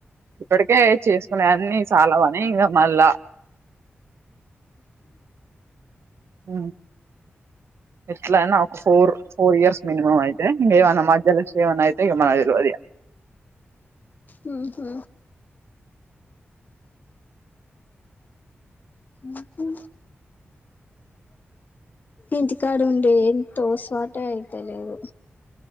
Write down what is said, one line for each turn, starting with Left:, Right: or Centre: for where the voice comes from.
Right: ఇప్పటికే చేసుకునేవన్ని చాలావనీ ఇగ మళ్ళా హ ఎట్లానా ఒక ఫోర్ ఫోర్ ఇయర్స్ మినిమం అయితే ఇంగేమన్న మాధ్యల <unintelligible> ఏమన్న అయితే ఇగ మనకు తెల్వదు ఇగ
Left: మ్మ్ హు మ్మ్ హు ఇంటికాడు ఉండే తోసువాటే అయితలేదు